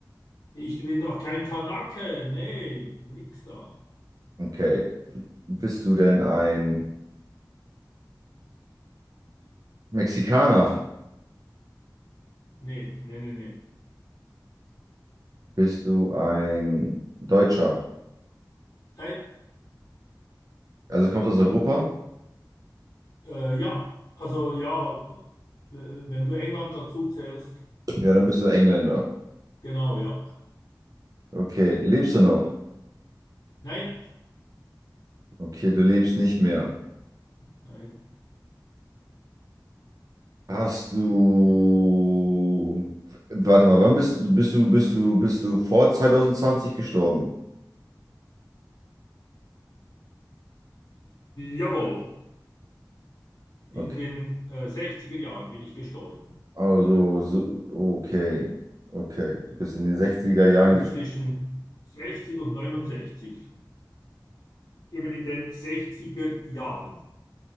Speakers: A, on the left (about 65°); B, on the right (about 55°).
A: Ich bin doch kein Kanake. Nee, nix da.
B: Okay. Bist du denn ein Mexikaner?
A: Nee, nee, nee, nee.
B: Bist du ein Deutscher?
A: Nein,
B: Also kommst du aus Europa?
A: äh, ja, also ja, äh, wenn du England dazu zählst,
B: Ja, dann bist du Engländer.
A: genau, ja.
B: Okay. Lebst du noch?
A: Nein,
B: Okay, du lebst nicht mehr.
A: nein.
B: Hast du, warte mal, wann bist du, bist du, bist du, bist du vor 2020 gestorben?
A: Jawohl, in
B: Okay,
A: den äh, 60er Jahren bin ich gestorben.
B: also, so, okay, okay, du bist in den sechziger Jahren
A: Also
B: gestorben.
A: zwischen 60 und 69. Eben in den 60er Jahren.